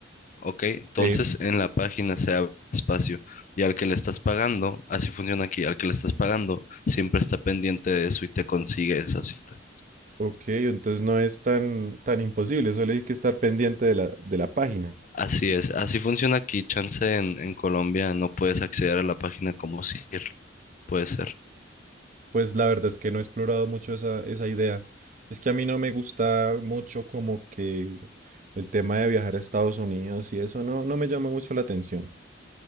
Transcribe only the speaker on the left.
Ok, entonces
en la página se abre espacio y al que le estás pagando, así funciona aquí, al que le estás pagando siempre está pendiente de eso y te consigue esa cita.
Así es, así funciona aquí, chance en, en Colombia no puedes acceder a la página como si puede ser.